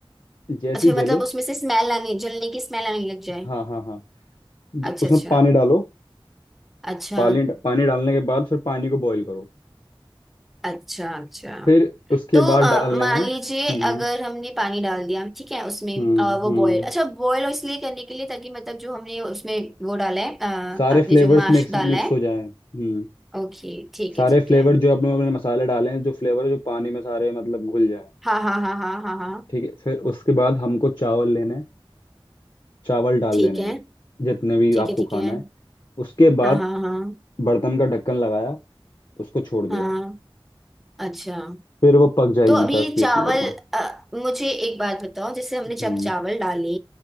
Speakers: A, on the left; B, in the centre.
A: जैसे
B: अच्छा
A: ही जले
B: मतलब उसमें से स्मेल आने जलने की स्मेल आने लग जाए
A: हाँ हाँ हाँ ज-
B: अच्छा
A: उसमें
B: अच्छा
A: पानी डालो
B: अच्छा
A: पानी पानी डालने के बाद फिर पानी को बॉईल करो
B: अच्छा अच्छा
A: फिर उसके
B: तो अ,
A: बाद डालने
B: मान
A: हैं हम्म
B: लीजिए अगर हमने पानी डाल दिया ठीक है उसमें
A: हम्म
B: अ, वो
A: हम्म
B: बॉयल अच्छा बॉयल इसलिए करने के लिए ताकि मतलब जो हमने उसमें वो डाला है अ,
A: सारे
B: आपने
A: फ्लेवर्स
B: जो माश
A: मिक्स
B: डाला
A: मिक्स
B: है
A: हो जाए हम्म
B: ओके ठीक
A: सारे
B: है ठीक
A: फ्लेवर
B: है
A: जो अपने अपने मसाले डाले हैं जो फ्लेवर जो पानी में सारे मतलब घुल जाए
B: हाँ हाँ हाँ हाँ हाँ हाँ
A: ठीक है फिर उसके बाद हमको चावल लेने हैं चावल डाल
B: ठीक
A: देने
B: है
A: हैं जितने भी
B: ठीक
A: आपको
B: है ठीक
A: खाना
B: है
A: है उसके बाद
B: हाँ हाँ हाँ
A: बर्तन का ढक्कन लगाया उसको छोड़ दिया
B: हाँ अच्छा
A: फिर वो पक जाएगी
B: तो अभी
A: दस बीस
B: चावल
A: मिनट में
B: अ, मुझे एक बात बताओ जैसे हमने
A: हम्म
B: जब चावल डाले